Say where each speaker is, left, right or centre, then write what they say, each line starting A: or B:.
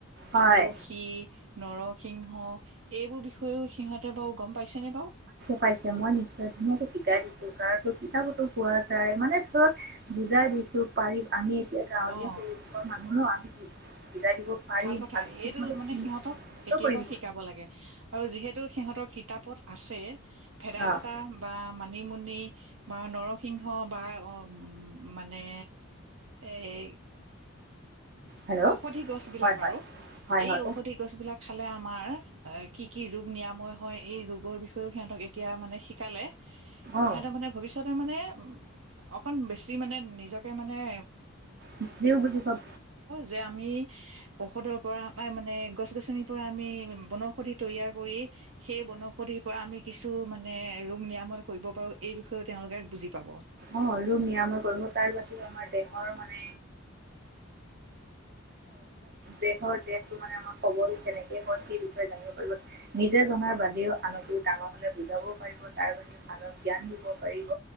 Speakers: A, on the right; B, on the right.
A: তুলসী
B: হয়
A: নৰ স সিংহ এইবোৰ বিষয়েও সিহঁতে বাৰু গম পাইছেনে বাৰু
B: পাইছে মই নিশ্চয় ধুনীয়ো শিকাই দিছো কাৰণো কিতাপতো পোৱা যায় মানে ধৰক বুজাই দিছো পাৰি আমি এতিয়া গাঁৱলীয়া
A: অ
B: পৰিৰুৱষৰ মানুহ ন আমি বুজাই দিব পাৰিম
A: ভাল কথা
B: আৰু ঠিকমতে
A: এইটো মানে
B: চিন্তিত
A: সিহঁতক এতিয়াৰ
B: কৰিম
A: পৰা শিকাব লাগে আৰু যিহেতু সিহঁতৰ কিতাপত আছে ভেদাইলতা
B: অ',
A: বা ম মানিমুনি বা নৰসিংহ বা অ উ মানে এই
B: হেল্ল'।
A: ঔষধি গছ বিলাক
B: হয়, হয়,
A: আৰু
B: হয়,
A: এই
B: হয়।
A: ঔষধি গছ বিিলাক খালে আমাৰ কি কি ৰোগ নিৰাময় হয় এই ৰোগৰ বিষয়েও সিহঁতক এতিয়া মানে শিকালে সিহঁতে
B: অ',
A: মানে ভৱিষ্যতে মানে অকণ বেছি মানে নিজকে মানে
B: নিজেও বুজি পাব
A: যে আমি ঔষধৰ পৰা মানে গছ গছনিৰ পৰা আমি বনৌষধি তৈয়াৰ কৰি সেই বনৌষধিৰ পৰা আমি কিছু মানে ৰোগ নিৰাময় কৰিব পাৰো এই বিষয়ও তেওঁলোকে বুজি পাব
B: অ ৰোগ নিৰাময় কৰিব তাৰ বাহিৰেও আমাৰ দেহৰ মানে দেহৰ দেহটো মানে আমাৰ সবল কেনেকে হয় সেই বিষয়ে জানিব পাৰিব নিজে জনাৰ বাদেও আনকো ডাঙৰ হে বুজাব পাৰিব তাৰ বাহিৰেও আনক জ্ঞান দিব পাৰিব